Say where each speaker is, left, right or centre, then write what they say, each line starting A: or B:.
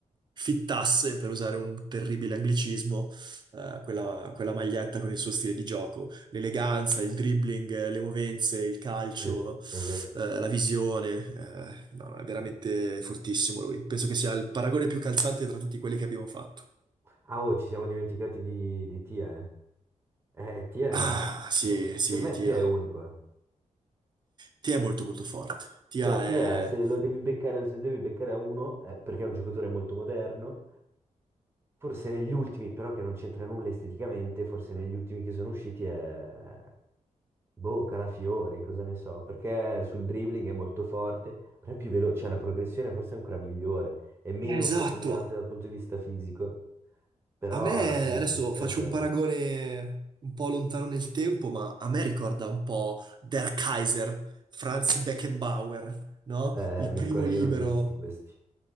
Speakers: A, on the right; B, on the right.
A: fittasse, per usare un terribile anglicismo, eh, quella, quella maglietta con il suo stile di gioco, l'eleganza, il dribbling, eh, le movenze, il calcio,
B: Sì, è vero.
A: eh, la visione, eh, no, no, è veramente fortissimo lui. Penso che sia il paragone più calzante tra tutti quelli che abbiamo fatto.
B: Ah, oh, ci siamo dimenticati di, di Tia, eh. Eh, Tia,
A: Ah, sì,
B: eh, secondo
A: sì,
B: me
A: Tia.
B: Tia è unico, eh.
A: Tia è molto molto forte. Tia
B: Cioè, Tia,
A: è...
B: se lo devi beccare, se devi beccare a uno, eh, perché è un giocatore molto moderno, forse negli ultimi, però che non c'entra nulla esteticamente, forse negli ultimi che sono usciti è... Boh, Calafiori, cosa ne so, perché sul dribbling è molto forte, però è più veloce, cioè la progressione forse è ancora migliore, è meno
A: Esatto.
B: predominante dal punto di vista fisico, però
A: A me,
B: la predisposizione
A: adesso faccio
B: è quella.
A: un paragone un po' lontano nel tempo, ma a me ricorda un po' Der Kaiser, Franz Beckenbauer, no?
B: Eh,
A: Il
B: Mircone,
A: primo libero.
B: io non li ho visti questi.